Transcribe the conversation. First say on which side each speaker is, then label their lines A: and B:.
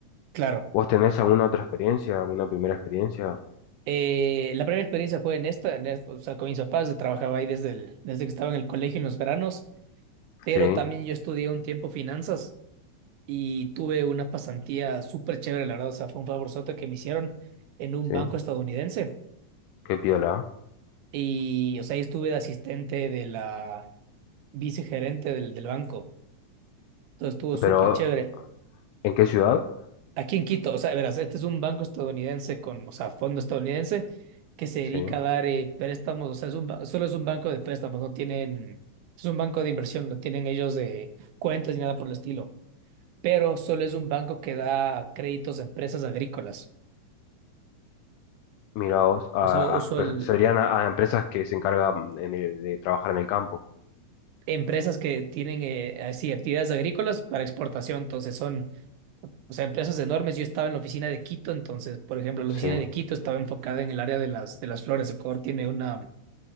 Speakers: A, on the right; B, on the left.
A: claro.
B: ¿Vos tenés alguna otra experiencia, alguna primera experiencia?
A: Eh, la primera experiencia fue en esta, en esta, o sea, con mis papás, yo trabajaba ahí desde, el- desde que estaba en el colegio en los veranos, pero
B: Sí,
A: también yo estudié un tiempo finanzas y tuve una pasantía súper chévere, la verdad, o sea, fue un favorzote que me hicieron en un
B: sí,
A: banco estadounidense
B: qué piola.
A: y, o sea, ahí estuve de asistente de la vicegerente del, del banco. Entonces estuvo súper
B: Pero,
A: chévere.
B: ¿en qué ciudad?
A: Aquí en Quito, o sea, verás, este es un banco estadounidense con, o sea, fondo estadounidense que se dedica
B: Sí.
A: a dar eh, préstamos, o sea, es un, ba- solo es un banco de préstamos, no tienen, es un banco de inversión, no tienen ellos de cuentas ni nada por el estilo, pero solo es un banco que da créditos a empresas agrícolas,
B: Mira vos, a,
A: o sea, uso
B: a per-
A: el,
B: serían a, a empresas que se encargan en el- de trabajar en el campo.
A: empresas que tienen eh, así actividades agrícolas para exportación, entonces son O sea, empresas enormes. Yo estaba en la oficina de Quito, entonces, por ejemplo, la
B: Sí,
A: oficina
B: mira
A: de Quito estaba enfocada en el área de las, de las flores. Ecuador tiene una,